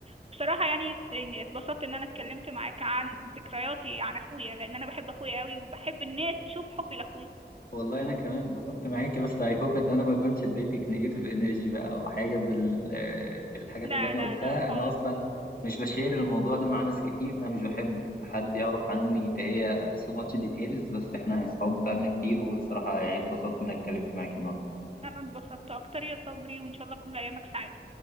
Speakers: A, on the right; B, on the left.
A: وبصراحة يعني اتبسطت إن أنا اتكلمت معاك عن ذكرياتي عن أخويا لأن أنا بحب أخويا قوي وبحب الناس تشوف حبي لأخويا
B: والله انا كمان اتبسطت معاكي بس اي هوب ان انا ما اكونش اديتك نيجاتيف انرجي بقى او حاجه بال... آه، بالحاجات
A: لا
B: اللي انا
A: لا
B: قلتها
A: لا خالص
B: انا اصلا مش بشير الموضوع ده مع ناس كتير انا مش بحب حد يعرف عني تهيا سو ماتش ديتيلز بس احنا اصحاب بقالنا كتير وصراحه يعني اتبسطت انك اتكلمت معاكي النهارده
A: أنا اتبسطت أكتر يا صبري وإن شاء الله كل أيامك سعيدة